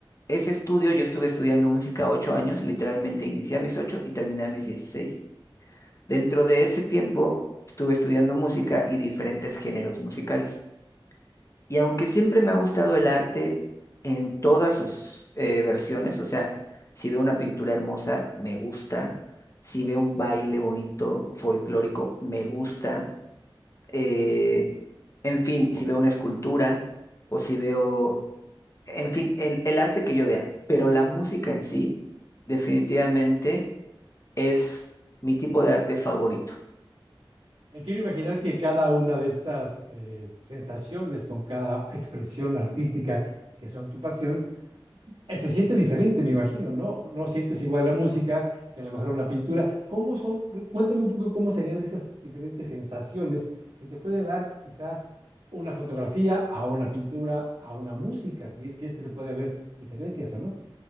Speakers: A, on the left (about 35°); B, on the right (about 75°).
A: ese estudio, yo estuve estudiando música ocho años, literalmente inicié a mis ocho y terminé a mis dieciséis. Dentro de ese tiempo, estuve estudiando música y diferentes géneros musicales. Y aunque siempre me ha gustado el arte en todas sus eh, versiones, o sea, si veo una pintura hermosa, me gusta, si veo un baile bonito, folclórico, me gusta, eh, en fin, si veo una escultura o si veo, en fin, el, el arte que yo vea, pero la música en sí definitivamente es mi tipo de arte favorito.
B: Me quiero imaginar que cada una de estas eh, sensaciones, con cada expresión artística que son tu pasión, eh, se siente diferente, me imagino, ¿no? No sientes igual la música que a lo mejor una pintura. ¿Cómo son? Cu- Cuéntame un poco cómo serían esas diferentes sensaciones que te puede dar quizá una fotografía a una pintura, a una música, si, si es que se puede haber diferencias o no,